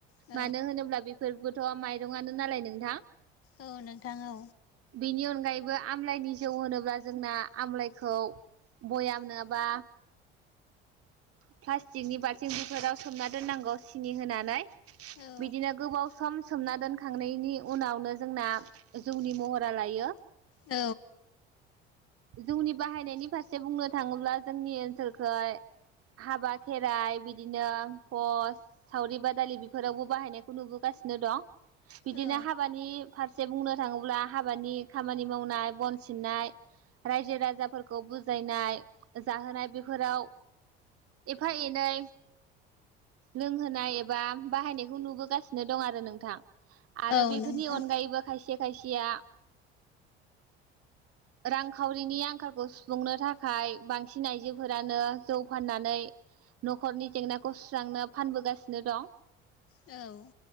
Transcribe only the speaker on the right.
मानो होनोब्ला बेफोरबोथ' माइरंनो नालाय नोंथां
बेनि अनगायैबो आमलाायनि जौ होनोब्ला जोंना आमलाइखौ बयाम नङाबा प्लास्टिकनि बाल्थिं बेफोराव सोमना दोननांगौ सिनि होनानै
बिदिनो गोबाव सम सोमना दोनखांनायनि उनावनो जोंना जौनि महरा लायो।
जौनि बाहायनायनि फारसे बुंनो थाङोब्ला जोंनि ओनसोलखै हाबा खेराइ बिदिनो पस सावरि बादालि बेफोरावबो बाहायनायखौ नुबोगा सिनो दं बिदिनो
हाबानि फार से बुंनो थाङोब्ला हाबानि खामानि मावनाय बन सिननाय रायजो राजाफोरखौ बुजायनाय जाहोनाय बेफोराव एफा एनै लोंहोनाय एबा बाहायनायखौ नुबोगासिनो दं आरो नोंथां आरो
बेफोरनि
अनगायैबो खायसे खायसेया रां खावरिनि आंखालखौ सुफुंनो थाखाय बांसिन आइजोफोरानो जौ फाननानै न'खरनि जेंनाखौ सुस्रांनो फानबोगासिनो दं।